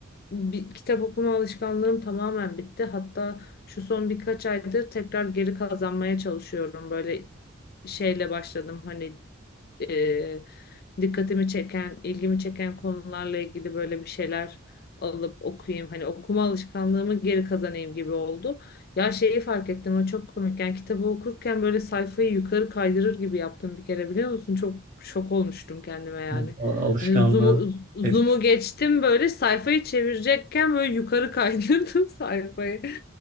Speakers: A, on the left; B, on the right.
A: bir kitap okuma alışkanlığım tamamen bitti. Hatta şu son birkaç aydır tekrar geri kazanmaya çalışıyorum. Böyle şeyle başladım hani e, dikkatimi çeken, ilgimi çeken konularla ilgili böyle bir şeyler alıp okuyayım. Hani okuma alışkanlığımı geri kazanayım gibi oldu. Ya şeyi fark ettim o çok komik. Yani kitabı okurken böyle sayfayı yukarı kaydırır gibi yaptım bir kere biliyor musun? Çok şok olmuştum kendime yani.
B: Al- Alışkanlığın
A: Hani zoom'u zoom'u
B: etkisi
A: geçtim böyle sayfayı çevirecekken böyle yukarı kaydırdım <laughs> sayfayı.